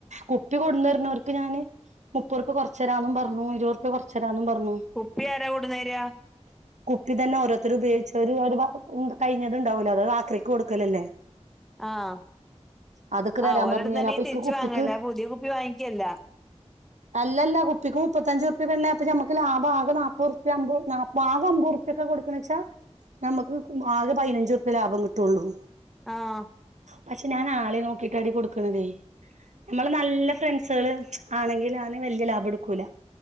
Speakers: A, on the right; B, in the centre.
A: കുപ്പി കൊടുന്ന്തരുന്നോർക് ഞാന് മുപ്പത്തുറപ്പ്യ കുറച്ചരാന്നു പറഞ്ഞു ഇരുപതുറപ്പ്യ കുറച്ചുരാന്നും പറഞ്ഞു
B: കുപ്പി ആരാ കൊടുന്നേരാ
A: <inaudible> കുപ്പി തന്നെ ഓരോരുത്തരു ഉപയോഗിച്ചവര് ഒരു <unintelligible> കഴിഞ്ഞത് ഉണ്ടാവലോ അത് ആക്രിക്ക് കൊടുക്കലല്ലേ
B: ആഹ്
A: അതൊക്കെ തരാൻ
B: ആഹ് ഓലടുത്തുന്നെ
A: പറഞ്ഞു ഞാൻ അപ്പൊ
B: ഈ
A: ഇക്ക്
B: തിരിച്ചു
A: കുപ്പിക്ക്
B: വാങ്ങല്ല പുതിയ കുപ്പി വാങ്ങിക്കല്ല
A: അല്ലല്ലാ കുപ്പിക്ക് മുപ്പത്തഞ്ചുരുപ്പിയ പെണ്ണേ അപ്പോ ഞമ്മക് ലാഭം ആകെ നപ്പത്തൂർപ്യ അമ്പ് നല് ആകെ അമ്പത്തുർപ്പിക്ക കൊടുക്കണച്ച നമുക്ക് ആകെ പതിനഞ്ചു ഉറുപ്യ ലാഭം കിട്ടയുള്ളൂ
B: ആഹ്
A: പക്ഷെ ഞാൻ ആളെ നോക്കിട്ടാടി കൊടുക്കുണതേ നമ്മള് നല്ല ഫ്രണ്ട്സുകള് ആണെങ്കില് ഞാന് വല്യ ലാഭം എടുക്കൂല